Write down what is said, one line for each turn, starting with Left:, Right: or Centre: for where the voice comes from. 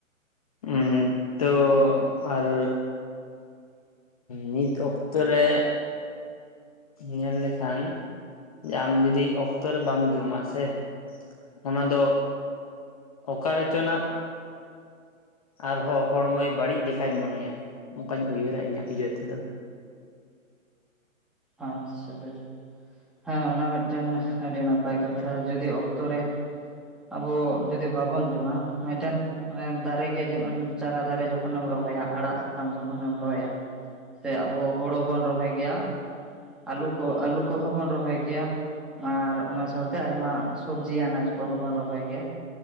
Left: ᱦ <inaudible> ᱛᱚ ᱟᱨ ᱱᱤᱛ ᱚᱠᱛᱚ ᱨᱮ ᱧᱮᱞ ᱞᱮᱠᱷᱟᱱ ᱟᱢ ᱡᱩᱫᱤ ᱚᱠᱛᱚ ᱨᱮ ᱵᱟᱢ ᱡᱚᱢᱟ ᱥᱮ ᱚᱱᱟ ᱫᱚ ᱚᱠᱟ ᱨᱮᱪᱚᱱᱟᱜ ᱟᱨᱦᱚᱸ ᱦᱚᱲᱢᱚᱭ ᱵᱟᱹᱲᱤᱡ ᱞᱮᱠᱟᱭ ᱢᱚᱱᱮᱭᱟ ᱚᱱᱠᱟᱧ ᱩᱭᱦᱟᱹᱨᱟ ᱤᱧᱟᱹᱜ ᱤᱭᱟᱹ ᱛᱮᱫᱚ᱾
Centre: ᱟᱪᱪᱷᱟ ᱵᱮᱥ ᱦᱮᱸ ᱚᱱᱟ ᱢᱤᱫᱴᱮᱱ ᱟᱹᱰᱤ ᱱᱟᱯᱟᱭ ᱠᱟᱛᱷᱟ ᱡᱩᱫᱤ ᱚᱠᱛᱚ ᱨᱮ ᱟᱵᱚ ᱡᱩᱫᱤ ᱵᱟᱵᱚᱱ ᱡᱚᱢᱟ ᱢᱤᱫᱴᱮᱱ ᱫᱟᱨᱮᱜᱮᱜᱮ <inaudible> ᱡᱮᱢ ᱪᱟᱨᱟ ᱫᱟᱨᱮ ᱡᱚᱠᱷᱚᱱᱮᱢ ᱨᱚᱦᱚᱭᱟ ᱟᱲᱟᱜ ᱥᱟᱠᱟᱢ ᱡᱚᱠᱷᱚᱱᱮᱢ ᱨᱚᱦᱚᱭᱟ ᱥᱮ ᱟᱵᱚ ᱦᱩᱲᱩᱵᱚᱱ ᱨᱚᱦᱚᱭ ᱜᱮᱭᱟ ᱟᱹᱞᱩ ᱠᱚ ᱟᱹᱞᱩ ᱠᱚᱦᱚᱸ ᱵᱚᱱ ᱨᱚᱦᱚᱭ ᱜᱮᱭᱟ ᱟᱨ ᱚᱱᱟ ᱥᱟᱶᱛᱮ ᱟᱭᱢᱟ ᱥᱚᱵᱡᱤ ᱟᱱᱟᱡ ᱠᱚᱦᱚᱸ ᱵᱚᱱ ᱨᱚᱦᱚᱭ ᱜᱮᱭᱟ